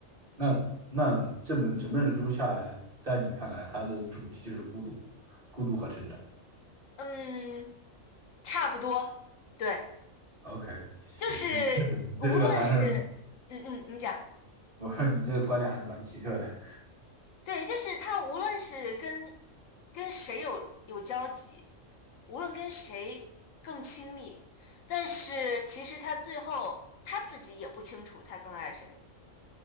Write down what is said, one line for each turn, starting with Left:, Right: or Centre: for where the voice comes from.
Right: 那那这本整本书下来，在你看来，它的主题就是孤独、孤独和成长。
Left: 嗯，差不多。对，
Right: OK，
Left: 就是
Right: 行，你这个还是
Left: 无论是，嗯嗯，你讲。
Right: 我说你这个观点还是蛮奇特的，
Left: 对，就是他无论是跟跟谁有有交集，无论跟谁更亲密，但是其实他最后他自己也不清楚他更爱谁，